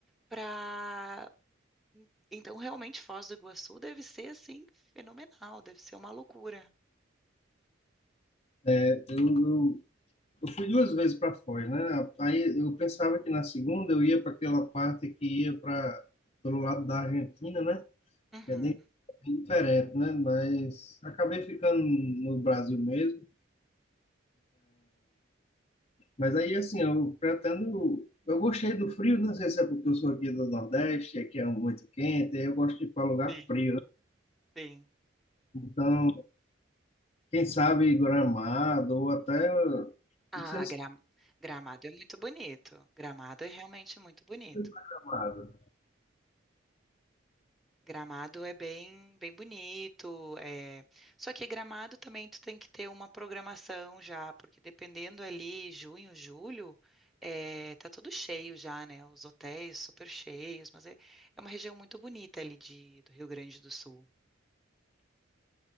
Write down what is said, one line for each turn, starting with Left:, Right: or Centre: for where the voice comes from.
Centre: Pra... Então, realmente, Foz do Iguaçu deve ser, assim, fenomenal, deve ser uma loucura.
Left: É, eu, eu, eu fui duas vezes para Foz, né? Aí eu pensava que na segunda eu ia para aquela parte que ia para pelo lado da Argentina, né?
Centre: Uhum.
Left: Que é bem, bem diferente, né? Mas acabei ficando no Brasil mesmo. Mas aí, assim, eu pretendo. Eu gostei do frio, não sei se é porque eu sou aqui do Nordeste, aqui é muito quente, aí eu gosto de ir para lugar
Centre: Sim,
Left: frio, né?
Centre: sim.
Left: Então, quem sabe Gramado ou até.
Centre: Ah,
Left: Não sei
Centre: Gra-
Left: se
Centre: Gramado é muito bonito. Gramado é realmente muito bonito.
Left: Gramado.
Centre: Gramado é bem, bem bonito. é- Só que Gramado também tu tem que ter uma programação já, porque dependendo ali, junho, julho, é, tá tudo cheio já, né? Os hotéis super cheios, mas é, é uma região muito bonita ali de, do Rio Grande do Sul.